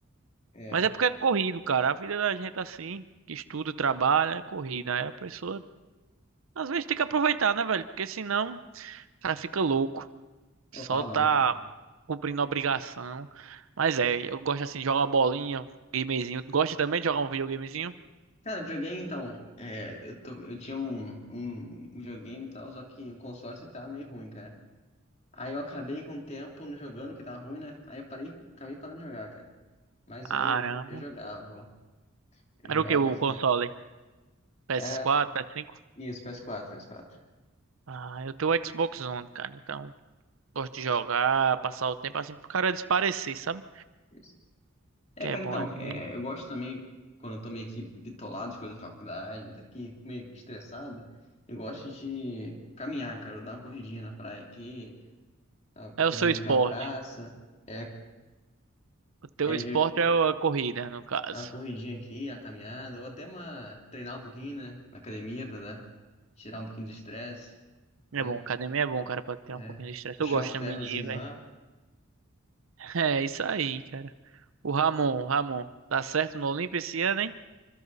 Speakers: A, on the left (about 35°); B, on the right (about 70°).
A: é.
B: Mas é porque é corrido, cara. A vida da gente é assim, que estuda, trabalha, é corrida. Aí a pessoa, às vezes, tem que aproveitar, né, velho? Porque senão, o cara fica louco.
A: Não
B: Só
A: falo
B: tá
A: não, cara.
B: cumprindo obrigação. Mas é, eu gosto assim de jogar uma bolinha, gamezinho. Gosta também de jogar um videogamezinho?
A: Cara, videogame então, é, eu, tô, eu tinha um, um um videogame e tal, só que o console só que tava meio ruim, cara. Aí eu acabei com o tempo não jogando, que tava ruim, né? Aí eu parei, acabei parando de jogar, cara. Mas
B: Caramba.
A: eu, eu jogava, ó. eu
B: Era
A: jogava
B: o que o
A: bastante.
B: console? PS4,
A: Era
B: PS5?
A: isso, PS4, PS4.
B: Ah, eu tenho o Xbox One, cara. Então, gosto de jogar, passar o tempo assim pro cara desaparecer, sabe?
A: Isso. É,
B: Que
A: cara,
B: é bom
A: então,
B: às vezes.
A: é, eu gosto também, quando eu tô meio que bitolado de coisa da faculdade, daqui, meio que estressado, eu gosto de caminhar, cara, eu dar uma corridinha na praia aqui, tá, tem
B: É o seu
A: também
B: esporte.
A: com a praça. É,
B: O teu
A: é,
B: esporte é a corrida, no caso.
A: dar uma corridinha aqui, uma caminhada, ou até uma treinar um pouquinho, né? Na academia pra dar, tirar um pouquinho do estresse, entendeu?
B: É bom, academia é bom, cara, pra ter
A: É,
B: um pouquinho de estresse.
A: puxar
B: Eu gosto
A: um ferrozinho
B: também de ir, velho.
A: lá.
B: <laughs> É isso aí, cara. O Ramon, Ramon, tá certo no Olimpo esse ano, hein?